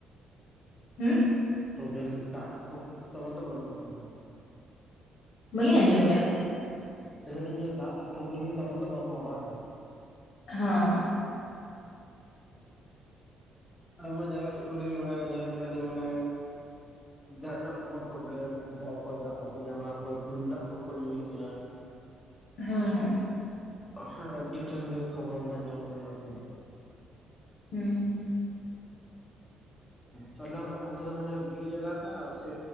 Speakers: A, on the left (about 55°); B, in the centre.
A: ᱦᱩᱸ?
B: <unintelligible> ᱫᱟᱜ ᱨᱮᱱᱟᱜ ᱯᱨᱚᱵᱞᱮᱢ ᱫᱚ ᱛᱮᱢᱚᱱ ᱫᱚ ᱵᱟᱹᱱᱩᱜ ᱚᱱᱛᱮ
A: ᱵᱟᱹᱞᱤᱧ ᱟᱡᱚᱢᱞᱮᱜᱼᱟ
B: ᱞᱟᱹᱭ ᱮᱫᱟ ᱞᱤᱧ ᱡᱮ ᱫᱟᱜ ᱨᱮᱱᱟᱜ ᱯᱨᱚᱵᱞᱮᱢ ᱫᱚ ᱛᱮᱢᱚᱱ ᱫᱚ ᱵᱟᱱᱩᱜ ᱼᱟ ᱵᱟᱝ
A: ᱦᱚᱸ
B: ᱟᱭᱢᱟ ᱡᱟᱭᱜᱟ ᱥᱮᱫ ᱵᱚᱞᱮ ᱢᱟᱱᱮ ᱧᱮᱞ ᱠᱮᱜᱟᱞᱤᱧ ᱢᱟᱱᱮ ᱫᱟᱜ ᱨᱮᱱᱟᱜ ᱫᱚᱢᱮ ᱯᱨᱚᱵᱽᱞᱮᱢ ᱫᱟᱜ ᱠᱚᱭ ᱫᱟᱜ ᱧᱟᱢᱟ ᱚᱠᱚᱭ ᱠᱩᱸᱧ ᱫᱟᱜ ᱠᱷᱚᱱ ᱠᱚ ᱧᱩᱭᱮᱜᱼᱟ
A: ᱦᱮᱸ ᱦᱮᱸ
B: ᱦᱮᱸ ᱟᱹᱰᱤ ᱴᱷᱮᱱ ᱜᱮ ᱠᱷᱚᱵᱚᱨ ᱚᱱᱠᱟ ᱧᱟᱢ ᱞᱮᱱᱟ ᱛᱚ
A: ᱦᱩᱸ ᱦᱩᱸ
B: ᱛᱟᱦᱞᱮ ᱚᱱᱛᱮ ᱫᱚ ᱢᱟᱱᱮ ᱵᱤᱨ ᱮᱞᱟᱠᱟ ᱥᱮ